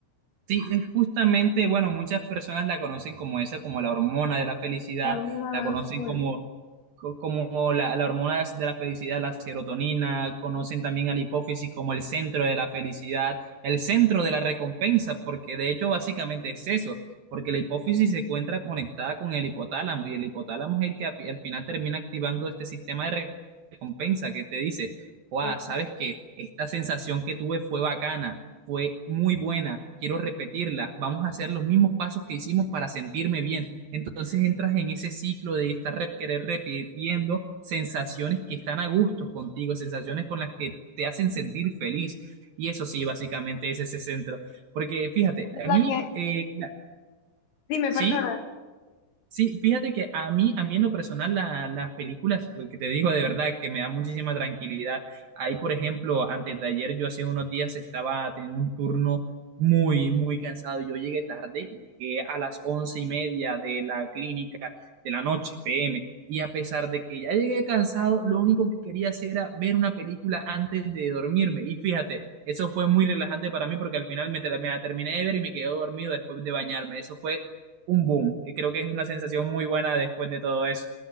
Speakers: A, on the right (about 65°); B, on the left (about 65°).
A: Sí, es justamente, bueno, muchas personas la conocen como esa, como la hormona de la felicidad,
B: La glándula
A: la conocen
B: de la-
A: como, co- como la, la hormona de la felicidad, la serotonina, conocen también a la hipófisis como el centro de la felicidad, el centro de la recompensa, porque de hecho básicamente es eso, porque la hipófisis se encuentra conectada con el hipotálamo y el hipotálamo es el que api- al final termina activando este sistema de re- recompensa que te dice, wow,
B: felicidad.
A: sabes que esta sensación que tuve fue bacana fue muy buena, quiero repetirla, vamos a hacer los mismos pasos que hicimos para sentirme bien. Entonces entras en ese ciclo de estar rep querer repitiendo sensaciones que están a gusto contigo, sensaciones con las que te hacen sentir feliz. Y eso sí, básicamente es ese centro. Porque fíjate,
B: la
A: a mí,
B: que...
A: eh, la-
B: Dime,
A: sí.
B: perdona.
A: Sí, fíjate que a mí, a mí en lo personal, la- las películas que que te digo de verdad que me da muchísima tranquilidad. Ahí, por ejemplo, antes de ayer, yo hace unos días estaba teniendo un turno muy, muy cansado. Yo llegué tarde, llegué a las once y media de la clínica de la noche, PM. Y a pesar de que ya llegué cansado, lo único que quería hacer era ver una película antes de dormirme. Y fíjate, eso fue muy relajante para mí porque al final me, te- me la terminé de ver y me quedé dormido después de bañarme. Eso fue un boom. Y Creo que es una sensación muy buena después de todo eso.